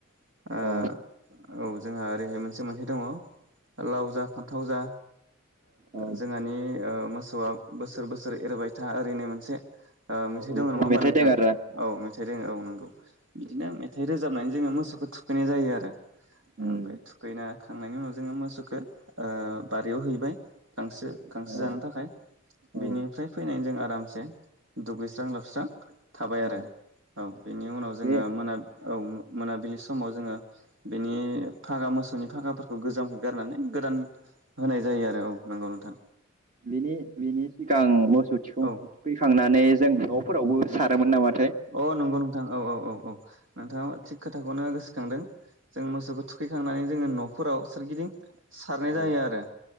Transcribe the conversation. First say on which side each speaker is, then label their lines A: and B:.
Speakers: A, on the right (about 70°); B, on the right (about 35°).
A: <unintelligible> औ
B: अ
A: जोंहा ओरैहाय मोनसे मेथाइ दङ लाव जा फान्थाव जा।
B: औ
A: जोंहानि मोसौआ बोसोर बोसोर एरबाय था ओरै होननाय मोनसे
B: औ
A: मेथाइ दङ
B: बिदि
A: नङा होमबा
B: मेथाइ
A: नोंथां।
B: दं आरोना
A: औ मेथाइ दों औ नंगौ। बिदिनो मेथाइ रोजाबनानै जोङो मोसौखौ थुखैनाय जायो आरो
B: उम
A: ओमफ्राय थुखैना खांनायनि उनाव जोङो मोसौखौ बारियाव हैबाय। गांसो गांसो
B: औ
A: जानो थाखाय
B: औ
A: बिनिफ्राय फैनायनि जों आरो आरामसे दुगैस्रां लोबस्रां थाबाय आरो
B: औ
A: औ बेनि उनाव जोङो
B: बे
A: मोना औ मोनाबिलि समाव जोङो बेनि फागा मोसौ। नि फागाफोरखौ गोजामखौ गारनानै गोदान होनाय जायो आरो औ नंगौ नोंथां।
B: बिनि <unintelligible> <unintelligible> थुखैखांनानै।
A: औ
B: जों न'फोरावबो सारोमोन नामा?
A: अ नंगौ नोंथां औ औ औ औ नोंथाङा थिग खोथाखौनो गोसो खांदों जों मोसौखौ थुखैखांनानै। जोङो न'फोराव सोरगिदिं सारनाय
B: औ
A: जायो आरो